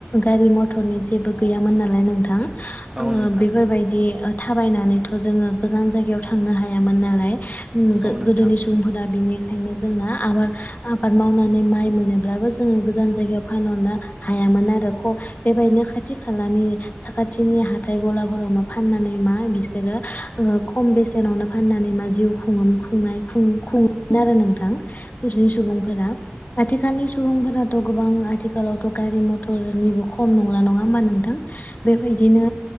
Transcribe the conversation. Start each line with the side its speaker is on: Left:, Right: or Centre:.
Left: गारि मथरनि जेबो गैयामोन नालाय नोंथां। आङो
Right: औ
Left: बेफोरबायदि
Right: नोंथां
Left: ओ थाबायनानैथ' जोङो गोजान जायगायाव थांनो हायामोन नालाय ओम गो-गोदोनि
Right: औ नोंथां
Left: सुबुंफोरा बिनिखायनो जोंना आबाद आबाद मावनानै माइ मोनोब्लाबो जोङो गोजान जायगायाव फानहरनो हायामोन आरो ख बेबायदिनो खाथि खालानि साखाथिनि हाथाय ग'लाफोरावनो फाननानै मा बिसोरो ओ खम बेसेनावनो फाननानै मा जिउ खुंओन खुंनाय खु खुं आरो नोंथां नि सुबुंफोरा आथिखालनि सुबुंफोराथ' गोबां आथिखालावथ' गारि मथरनिबो खम नंला नङा होम्बा नोंथ थां बेबायदिनो